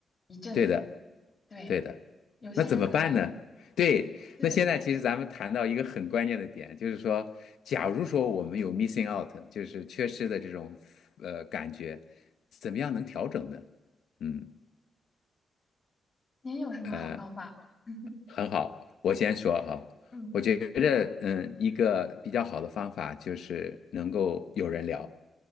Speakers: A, on the left; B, on the left.
A: 一阵子。
B: 对的，
A: 对，
B: 对的。
A: 有些人可能
B: 那怎么办呢？对，
A: 对。
B: 那现在其实咱们谈到一个很关键的点，就是说，假如说我们有 missing out，就是缺失的这种呃感觉，怎么样能调整呢？嗯。
A: 您有什么好方法吗？
B: 呃。
A: <laughs>
B: 很好，我先说哈。
A: 嗯，
B: 我觉着，嗯，一个比较好的方法就是能够有人聊，